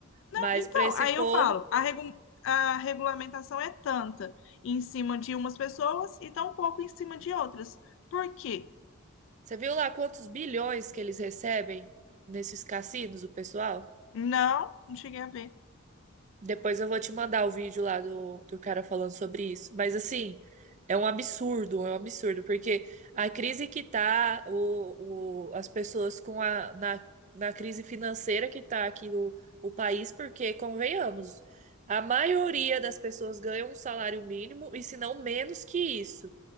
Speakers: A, on the left; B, on the right.
A: Não,
B: Mas
A: então,
B: para esse
A: aí
B: povo,
A: eu falo, a, regu- a regulamentação é tanta em cima de umas pessoas e tão pouco em cima de outras. Por quê?
B: você viu lá quantos bilhões que eles recebem nesses cassinos, o pessoal?
A: Não, não cheguei a ver.
B: Depois eu vou te mandar o vídeo lá do, do cara falando sobre isso. Mas assim, é um absurdo, é um absurdo, porque a crise que tá, o, o, as pessoas com a, na, na crise financeira que tá aqui no o país, porque, convenhamos, a maioria das pessoas ganha um salário mínimo, e se não menos que isso.